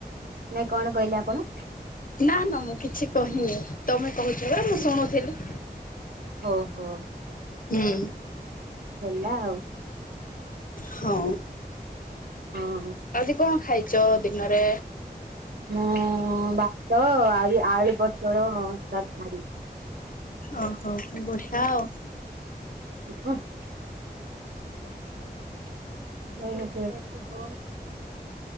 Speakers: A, on the right; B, on the left.
A: ନାଇଁ କଣ କହିଲେ ଆପଣ?
B: ନାଁ-ନାଁ ମୁଁ କିଛି କହିନି, ତମେ କହୁଛ ପରା ମୁଁ ଶୁଣୁଥେଲି।
A: ଓହୋ।
B: ହୁଁ।
A: ହେଲା ଆଉ।
B: ହଁ।
A: ହଁ।
B: ଆଜି କଣ ଖାଇଚ ଦିନରେ?
A: ମୁଁ ବାତ ଆରି ଆଳୁ ପୋଟଳ ତରକାରୀ।
B: ଓହୋ, ବଢିଆ ଆଉ।
A: <unintelligible> <inaudible>